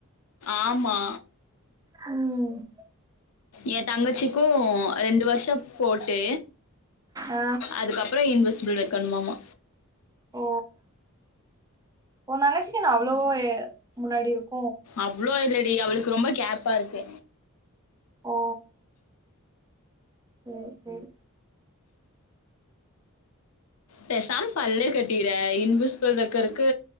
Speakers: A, on the left; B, on the right.
A: ஆமா
B: ம்
A: என் தங்கச்சிக்கு ரெண்டு வர்ஷப் போட்டு
B: ஆ
A: அதுக்கப்றோ இன்விசிபிள் வக்கணுமாமா
B: ஓ ஓ தங்கச்சிக்கு என்ன அவ்ளோ முன்னாடி இருக்
A: அவ்ளோ இல்லடி அவளுக் ரொம்ப கேப்பா இருக்கு
B: ஓ செரி செரி
A: பேசாம பல்லே கட்டிறே இன்விஸபல் வைக்கறக்கு